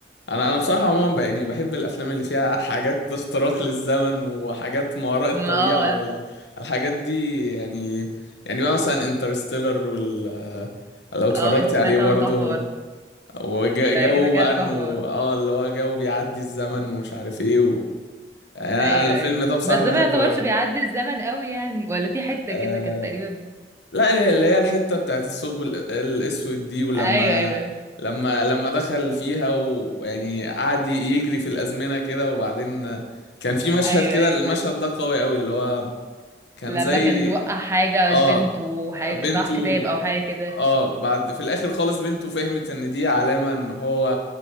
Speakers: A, on the left; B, on the right.
A: انا انا بصراحة عموما بقى يعني بحب الافلام اللي فيها حاجات اختراق للزمن وحاجات ما وراء
B: ما
A: الطبيعة
B: هو
A: والحاجات دي يعني يعني بقى مثلا انترستيلر وال آه، لو اتفرجتي
B: اه انترستيلر
A: عليه برضو
B: طبعا تحفة برضه
A: وجو
B: ده كده كده
A: بقى انه
B: تحفة برضه
A: اه اللي هو جو بيعدي الزمن ومش عارف ايه و... يعني انا
B: ايوه
A: أنا الفيلم
B: ايوه
A: ده بصراحة
B: بس ده
A: بحبه
B: ما يعتبرش
A: قوي
B: بيعدي الزمن قوي يعني ولا في حتة
A: آه...
B: كده كانت تقريبا
A: لا اللي هي الحتة بتاعت الثقب ال- الاسود دي ولما
B: ايوه ايوه ايوه
A: لما لما دخل فيها ويعني قعد ي- يجري في الازمنة كده وبعدين كان في مشهد
B: ايوه
A: كده
B: ايوه
A: المشهد
B: فاهم
A: ده قوي قوي اللي هو كان
B: لما
A: زي
B: كان وقع حاجة
A: اه
B: البنت وحاجة
A: بنته
B: صح كتاب او حاجة كده
A: اه بعد في الاخر خالص بنته فهمت ان دي علامة ان هو